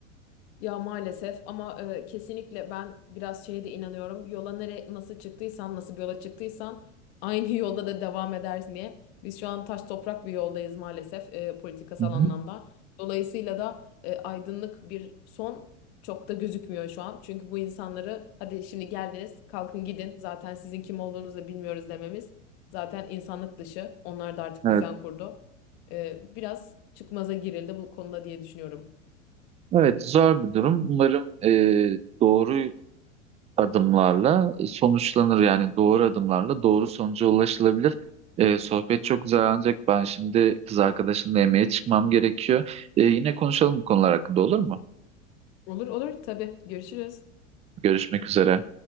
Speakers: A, on the left; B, on the right.
A: Ya maalesef ama e, kesinlikle ben biraz şeye de inanıyorum. Yola nere nasıl çıktıysan, nasıl bir yola çıktıysan aynı <laughs> yolda da devam edersin diye. Biz şu an taş toprak bir yoldayız maalesef e, politikasal
B: Hı hı.
A: anlamda. Dolayısıyla da e, aydınlık bir son çok da gözükmüyor şu an. Çünkü bu insanları hadi şimdi geldiniz, kalkın gidin. Zaten sizin kim olduğunuzu da bilmiyoruz dememiz zaten insanlık dışı. Onlar da artık
B: Evet.
A: düzen kurdu. Ee, biraz çıkmaza girildi bu konuda diye düşünüyorum.
B: Evet, zor bir durum. Umarım e, doğru adımlarla e, sonuçlanır. Yani doğru adımlarla doğru sonuca ulaşılabilir. Ee, sohbet çok güzel ancak ben şimdi kız arkadaşımla yemeğe çıkmam gerekiyor. Ee, yine konuşalım bu konular hakkında olur mu?
A: Olur olur tabii. Görüşürüz.
B: Görüşmek üzere.